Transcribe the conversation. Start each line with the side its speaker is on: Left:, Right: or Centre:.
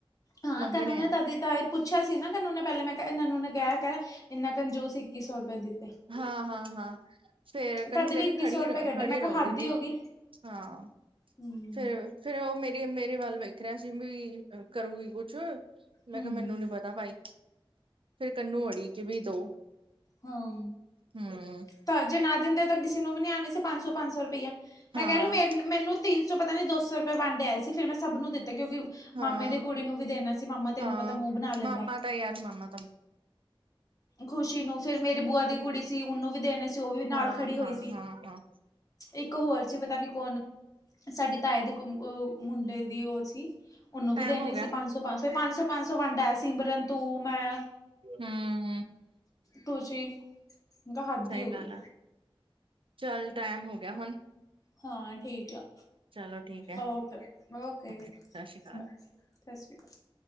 Left: ਹਾਂ
Right: ਮੰਗਣੇ
Left: ਕਾਨੂੰਨਾਂ
Right: ਆ
Left: ਤਦੀ ਤਏ ਪੁੱਛਿਆ ਸੀ ਨਾ ਕਾਨਨੂੰ ਨੇ ਪਹਿਲਲੇ ਮੈਂ ਕਿਹਾ ਇਹਨੂੰ ਨੇ ਕਿਹਾ ਕ ਇੰਨਾ ਕੰਜੂਸ ਇੱਕੀ ਸੌ ਰੁਪਏ ਦਿੱਤੀ।
Right: ਹਾਂ ਹਾਂ ਹਾਂ, ਫੇਰ ਕਹਨੂੰ
Left: ਤਦ
Right: ਕਹਿੰਦੀ
Left: ਵੀ ਇੱਕੀ
Right: ਖੜੀ
Left: ਸੌ ਰੁਪਏ ਕੱਢੇ
Right: ਖੜੇ
Left: ਮੈਂ ਕਿਹਾ
Right: ਰਹੋ ਦੀਦੀ।
Left: ਹੱਦ ਹੀ ਹੋ ਗਈ।
Right: ਹਾਂ,
Left: ਹੂੰ।
Right: ਫੇਿਰ ਫੇਰ, ਉਹ ਮੇਰੀ ਮੇਰੇ ਵੱਲ ਵੇਖ ਰਿਹਾ ਸੀ ਵੀ ਕਰੂਗੀ ਕੁਛ। ਮੈਂ
Left: ਹੂੰ,
Right: ਕਿਹਾ ਮੈਨੂੰ ਨੀ ਪਤਾ, ਭਾਈ ਫੇਰ ਕੰਨੂੰ ਅੜੀ ਕਿ ਵੀ ਦੋ।
Left: ਹਾਂ
Right: ਹਮ
Left: ਤਾਂ ਜੇ ਨਾ ਦਿੰਦੇ ਤਾਂ ਕਿਸੇ ਨੂੰ ਵੀ ਨੀ ਆਉਣੇ ਸੀ। ਪੰਜ ਸੌ ਪੰਜ ਸੌ ਰੁਪਇਆ, ਮੈਂ
Right: ਹਾਂ
Left: ਕਹਿ ਰ ਮੇਰੇ। ਮੈਨੂੰ ਤਿੰਨ ਸ ਪਤਾ ਨਹੀਂ ਦੋ ਸੌ ਰੁਪਏ ਵੰਡ ਆਏ ਸੀ ਫਿਰ ਮੈਂ ਸਭ ਨੂੰ ਦਿੱਤਾ। ਤੇ ਕਿਉਂਕਿ
Right: ਹਾਂ
Left: ਮਾਮੇ ਦੀ ਕੁੜੀ ਨੂੰ ਵੀ ਦੇਣਾ ਸੀ। ਮਾਮਾ ਤੈਨੂੰ
Right: ਹਾਂ
Left: ਪਤਾ ਮੂੰਹ ਬਣਾ ਲੈਂਦਾ।
Right: ਮਾਮਾ ਯਾਰ ਮਾਮਾ ਤ
Left: ਖੁਸ਼ੀ ਨੂੰ ਫਿਰ ਮੇਰੀ ਬੂਆ ਦੀ ਕੁੜੀ ਸੀ ਉਹਨੂੰ ਵੀ ਦੇਣੇ ਸੀ ਉਹ ਵੀ ਨਾਲ
Right: ਹਾਂ
Left: ਖੜੀ ਹੋਈ
Right: ਹਾਂ
Left: ਸੀ
Right: ਹਾਂ ਹਾਂ
Left: ਇੱਕ ਹੋਰ ਸੀ ਪਤਾ ਨੀ ਕੌਣ ਸਾਡੇ ਤਾਏ ਦੇ ਮੁੰਡੇ ਦੀ ਉਹ ਸੀ। ਉਹਨੂੰ ਵੀ
Right: ਟਾਈਮ
Left: ਦੇਣੇ
Right: ਹੋ ਗਿਆ
Left: ਸੀ। ਪੰਜ ਸੌ ਪੰਜ, ਫੇਿਰ ਪੰਜ ਸੌ ਪੰਜ, ਸੌ ਵੰਡਾ ਸਿਮਰਨ ਤੂੰ ਮੈਂ।
Right: ਹਾਂ,
Left: ਤੁਸੀੀ ਕ ਹੱਥ
Right: ਸਹੀ
Left: ਦੀ ਹੋ ਗਈ।
Right: ਗੱਲ ਆ ਚੱਲ, ਟਾਈਮ ਹੋ ਗਿਆ ਹੁਣ,
Left: ਹਾਂ, ਠੀਕ ਆ।
Right: ਚਲੋ ਠੀਕ ਹੈ
Left: ਓਕੇ ਓਕੇ
Right: ਸਤਿ ਸ਼੍ਰੀ ਅਕਾਲ
Left: ਬਾਏ, ਸਤਿ ਸ਼੍ਰੀ ਅਕਾਲ